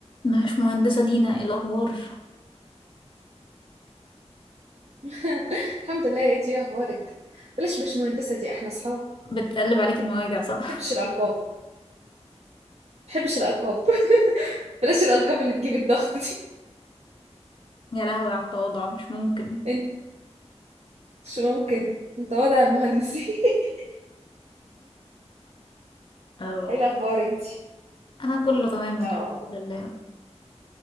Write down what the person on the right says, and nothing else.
<laughs> الحمد لله انت يا اخبارك بلاش باشمهندسه دي احنا اصحاب
محبش الالقاب محبش الالقاب <laughs> بلاش الالقاب اللي تجيب الضغط دي
انت مش ممكن انت وضع مهندسي <laughs>
ايه الاخبار انت
اه